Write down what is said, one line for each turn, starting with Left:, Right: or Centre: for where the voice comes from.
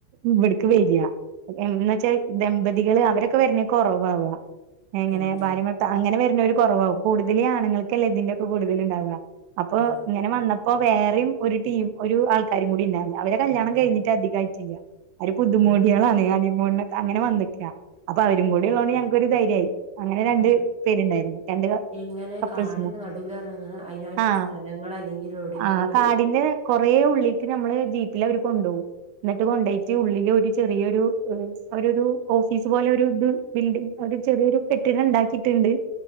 Right: ഇവിടെക്ക്‌ വരികഎന്നുവെച്ചാൽ ദമ്പതി കള് അവരെക്കെവരുന്നെക്കെ കൊറവാവ എങ്ങനെ
Centre: തന്നെ
Right: ഭാര്യഭർത്താവ് അങ്ങെനെ വ പിന്നെഒരുകൊറവാവുംകൂടുതല് ആണുങ്ങൾക്കല്ലേ ഇതിന്റെയൊക്ക കൂടുതല് ഉണ്ടാവുക അപ്പൊഇങ്ങനെവന്നപ്പോവേറെയും
Centre: ആഹ്
Right: ഒരു ടീം ഒരുആൾക്കാരുംകൂടി ഇണ്ടായിരുന്നുഅവര് കല്യാണം കഴിഞ്ഞിട്ട് അധികംആയിട്ടില്ല അവര് പുതുമോടികളാണ്
Centre: ആഹ്
Right: <unintelligible> ണിണിനൊക്ക അങ്ങനെവന്നിട്ടില്ല അപ്പൊ അവരും കൂടി ഉള്ളോണ്ട് ഞങ്ങക്കൊരു ധൈര്യമായി അങ്ങനെ രണ്ട്
Centre: ആഹ്
Right: പേരുണ്ടായിരുന്നു രണ്ട്
Centre: എങ്ങനെ
Right: കപ്പിൾസ്ന്ന്
Centre: കാടിന് നടുവില് പറഞ്ഞ അങ്ങനെ അതിനായിട്ട്
Right: ആഹ്
Centre: സ്ഥലങ്ങൾ അല്ലെങ്കിൽ എവിടെയെങ്കിലും
Right: ആഹ് അ കാടിന്റെ
Centre: വെ-
Right: കൊറെഉള്ളിക്ക്‌ ഞമ്മളെ ജീപ്പിൽ അവര് കൊണ്ടുപോകും എന്നിട്ട് കൊണ്ടയിട്ട് ഉള്ളില് ഒരു ചെറിയൊരു അവര് ഒരു ഓഫീസ് പോലെ ഒരു ബിൽഡിങ് ചെറിയൊരുപെട്ടിനെ ഇണ്ടാക്കിയിട്ട് ണ്ട്